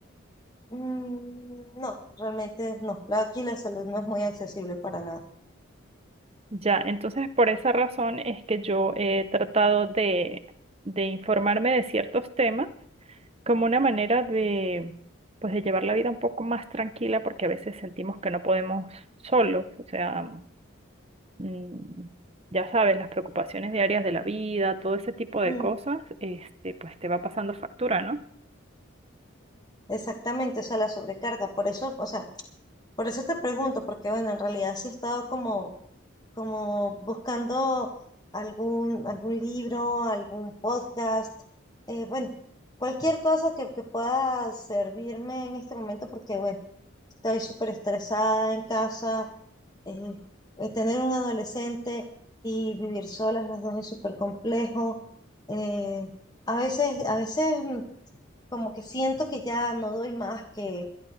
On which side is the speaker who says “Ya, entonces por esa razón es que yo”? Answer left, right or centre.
Right